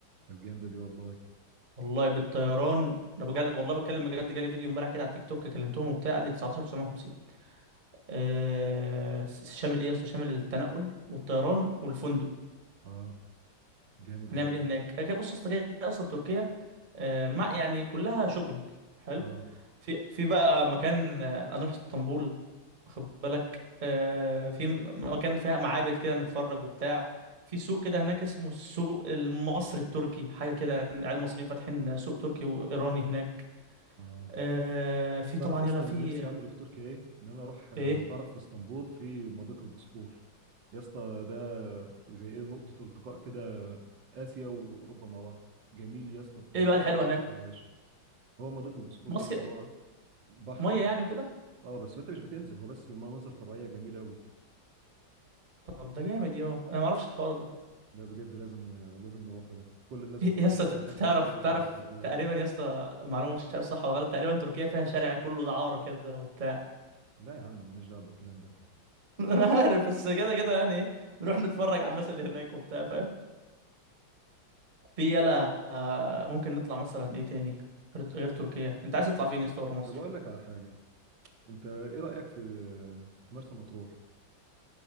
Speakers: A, on the right (about 65°); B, on the right (about 25°).
A: طب جامدة دي والله
B: والله بالطيران ده بجد والله بتكلم بجد جالي فيديو امبارح كده على التيك توك كلمتهم وبتاع قال لي 19950 آه س- شامل ايه يا اسطى شامل التنقل والطيران والفندق
A: اه جامد
B: هنعمل
A: والله
B: ايه هناك آه، بص يا اسطى كده كده اصلا تركيا آه، ما يعني كلها شوبينج حلو
A: اه
B: في في بقى مكان آه، هنروح اسطنبول واخد بالك آه، في م- مكان فيها معابد كده نتفرج وبتاع في سوق كده هناك اسمه السوق المصري التركي حاجة كده يعني العيال المصريين فاتحين سوق تركي وإيراني هناك
A: اه
B: آه، في
A: تعرف
B: طبعا
A: يا اسطى
B: يلا في
A: اللي نفسي اعمله في تركيا ايه ان انا اروح آه،
B: ايه
A: تعرف في اسطنبول في مضيق البوسفور يا اسطى ده زي ايه نقطة التقاء كده اسيا واوروبا مع بعض جميل يا اسطى بطريقة
B: ايه بقى الحلو
A: ما
B: هناك
A: تتخيلهاش هو مضيق البوسفور
B: مصيف
A: ده يا اسطى هو بحر
B: مية يعني وكده
A: اه بس انت مش بتنزل هو بس مناظر طبيعية جميلة قوي
B: طب ده جامد يا انا ما اعرفش الحوار ده
A: لا بجد لازم لازم نروحه ده كل الناس
B: إيه،
A: بتروح
B: يا اسطى
A: اصلا
B: ت-
A: هناك تتصور
B: تعرف تعرف
A: وتنزلها
B: تقريبا يا اسطى معلومه مش عارف صح ولا غلط تقريبا تركيا فيها شارع كله دعاره كده وبتاع
A: لا يا عم مالناش دعوه بالكلام ده
B: <laughs> انا عارف بس كده كده يعني إيه، نروح نتفرج على الناس اللي هناك وبتاع فاهم في يلا آه، ممكن نطلع مثلا ايه تاني غير غير تركيا انت عايز تطلع فين يا اسطى بره مصر
A: طب اقول لك على حاجه انت ايه رايك في في مرسى مطروح